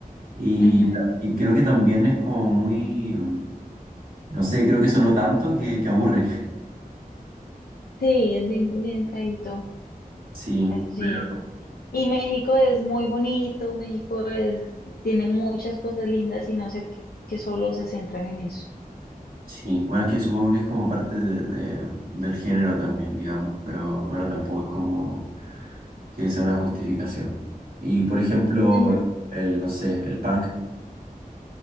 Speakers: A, on the right (about 75°); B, on the left (about 85°).
A: Y,
B: Ujú.
A: ta- y creo que también es como muy, mm, no sé, creo que sonó tanto que, que aburre. <laughs>
B: Sí, es bien, bien feíto,
A: Sí,
B: eso sí
A: pero
B: es. Y México es muy bonito, México es, tiene muchas cosas lindas y no sé por qué solo se centran en eso.
A: sí, bueno, es que supongo que es como parte de, de- del género también, digamos, pero bueno, tampoco es como que sea una justificación. Y por ejemplo,
B: Ujú.
A: el, no sé, el punk,